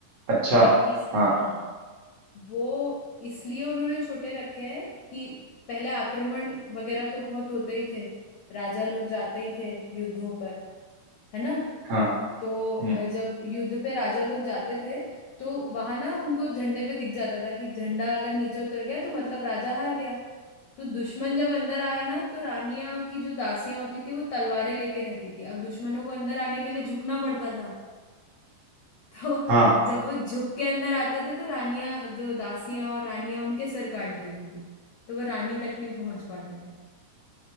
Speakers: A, on the right; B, on the left.
A: अच्छा
B: गेट की सा-
A: हाँ
B: हाँ वो इसलिए उन्होंने छोटे रखे हैं कि पहले आक्रमण वगैरह तो बहुत होते ही थे राजा लोग जाते ही थे युद्धों पर है ना
A: हाँ
B: तो अ,
A: हम्म,
B: जब युद्ध पे राजा लोग जाते थे तो वहां ना उनको झंडे पे दिख जाता था कि झंडा अगर नीचे उतर गया तो मतलब राजा हार गया तो दुश्मन जब अंदर आए ना तो रानियां की जो दासियां होती थी वो तलवारें लेके रहती थी अब दुश्मनों को अंदर आने के लिए झुकना पड़ता था <laughs> तो
A: हाँ
B: जब वो झुक के अंदर आते थे तो रानियां जो दासियां और रानियां उनके सिर काट देती थी तो वो रानी तक नहीं पहुंच पाते थे